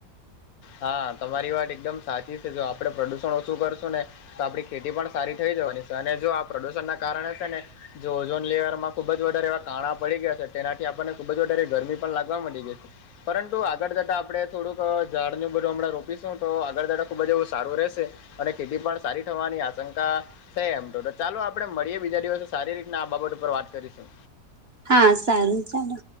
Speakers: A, on the left (about 70°); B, on the right (about 45°).
A: હા તમારી વાત એકદમ સાચી છે જો આપડે પ્રદુષણ ઓછું કરશું ને તો આપડી ખેતી પણ સારી થઈ જવાની છે અને જો આ પ્રદુષણ ના કારણે છે ને જો ઓઝોન લેવરમાં ખુબ જ વધારે એવા કાણા પડી ગયા છે તેનાથી આપણને ખુબ જ વધારે ગરમી પણ લાગવા મડી છે. પરંતુ આગળ જતા આપડે થોડુંક ઝાડનું બધું હમણાં રોપીશું તો આગળ જતા ખૂબ જ એવું સારું રહેશે. અને ખેતી પણ સારી થવાની આશંકા સે એમ તો તો ચાલો આપડે મળીએ બીજા દિવસે સારી રીતના આ બાબત ઉપર વાત કરીશું.
B: હા સારું ચાલો.